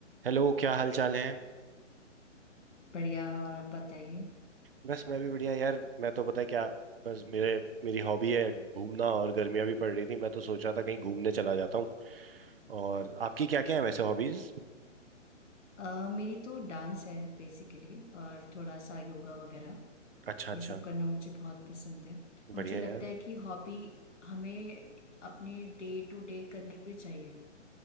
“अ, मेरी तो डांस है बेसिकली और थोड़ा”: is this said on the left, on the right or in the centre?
Left